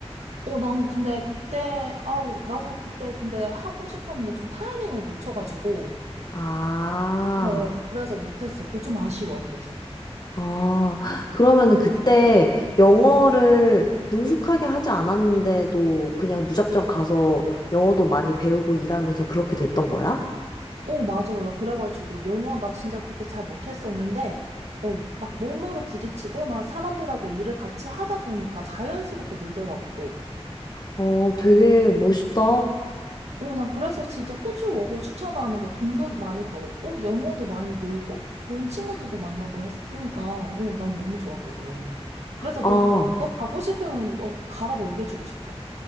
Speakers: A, on the right; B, on the left.
A: 어, 나는 근데 그때, 아, 나도 그때 근데 하고 싶었는데 좀 타이밍을 놓쳐가지고,
B: 아,
A: 어, 그래서 못했어. 그게 좀 아쉬워, 그래서.
B: 아, 그러면은 그때 영어를 능숙하게 하지 않았는데도 그냥 무작정 가서 영어도 많이 배우고 일하면서 그렇게 됐던 거야?
A: 어, 맞아. 나 그래가지고 영어 나 진짜 그때 잘 못했었는데, 어, 막 몸으로 부딪히고 막 사람들하고 일을 같이 하다 보니까 자연스럽게 늘더라고, 또.
B: 어, 되게 멋있다.
A: 어, 나 그래서 진짜 호주 워홀 추천하는 게 돈도 많이 벌었고, 영어도 많이 늘고, 좋은 친구들도 만나고 했으니까, 어, 난 너무 좋았거든. 그래서
B: 아,
A: 너, 너 가고 싶으면 너 가라고 얘기해주고 싶어.